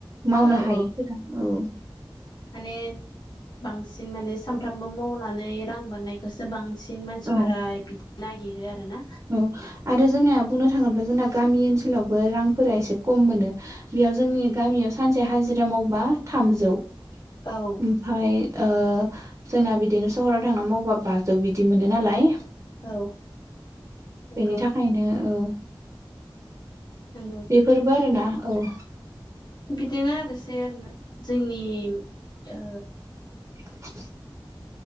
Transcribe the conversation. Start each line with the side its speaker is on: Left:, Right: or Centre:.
Right: मावनो
Left: औ
Right: हायैफोरा
Left: औ
Right: औ
Left: माने बांसिन माने सानफ्रामबो मावनानै रां मोननायखौसो बां सिन मानसिफोरा
Right: औ
Left: बिदिनो नागिरो। आरोना
Right: औ आरो जोंनिना बुंनो थाङोब्ला जोंना गामि ओनसोलावबो रांफोरा एसे खम मोनो बेयाव जोंनि गामियाव सा से हाजिरा मावबा थामजौ ओमफ्राय
Left: औ
Right: ओ जोंना बिदिनो सहराव थांना मावबा बाजौ बिदि मोनो नालाय
Left: औ नंगौ
Right: बेनि थाखायनो औ
Left: नंगौ
Right: बेफोरबो आरोना
Left: बि
Right: औ
Left: बिदिनो आरोसै आरोना जोंनि ओ
Right: <unintelligible>